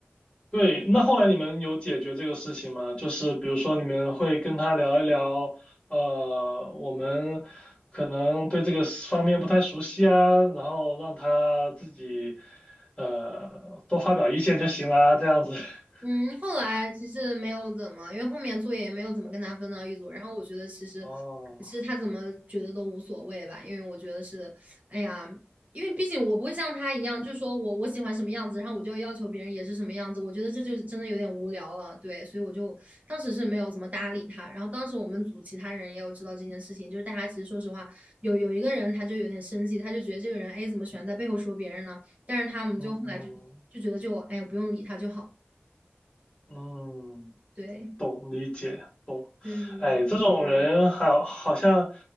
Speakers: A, on the left; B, on the right.
A: 对，那后来你们有解决这个事情吗？就是比如说你们会跟他聊一聊，呃，我们可能对这个方面不太熟悉啊，然后让他自己呃多发表意见就行啦，这样子。<laughs>
B: 嗯，后来其实没有怎么，因为后面作业也没有怎么跟他分到一组。然后我觉得其实，
A: 哦，
B: 其实他怎么觉得都无所谓吧，因为我觉得是，哎呀，因为毕竟我不会像他一样，就说我我喜欢什么样子，然后我就要要求别人也是什么样子。我觉得这就是真的有点无聊了，对，所以我就当时是没有怎么搭理他。然后当时我们组其他人也有知道这件事情，就是大家其实说实话，有有一个人他就有点生气，他就觉得这个人，哎，怎么喜欢在背后说别人呢？但是他们就后来就就觉得就，
A: 嗯
B: 哎呀，不用理他就好，
A: 嗯，
B: 对。
A: 懂，理解，懂。
B: 对对对
A: 哎，这种人好，好像